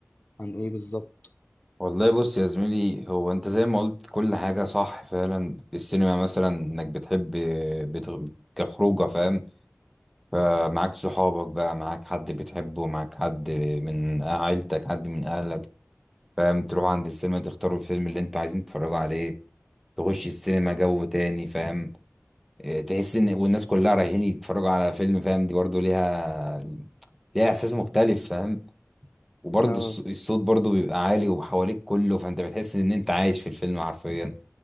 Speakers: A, on the left (about 40°); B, in the centre.
A: عن ايه بالظبط
B: والله بص يا زميلي هو انت زي ما قلت كل حاجة صح فعلا السينما مثلا انك بتحب بتغ... كخروجة فاهم فمعاك صحابك بقى معاك حد بتحبه معاك حد من عيلتك حد من اهلك فاهم تروح عند السينما تختاروا الفيلم اللي انتوا عايزين تتفرجوا عليه تخش السينما جو تاني فاهم إيه، تحس ان والناس كلها رايحين يتفرجوا على فيلم فاهم دي برضو ليها ليها احساس مختلف فاهم وبرضو
A: اه
B: الص- الصوت برضو بيبقى عالي وحواليك كله فانت بتحس ان انت عايش في الفيلم حرفيا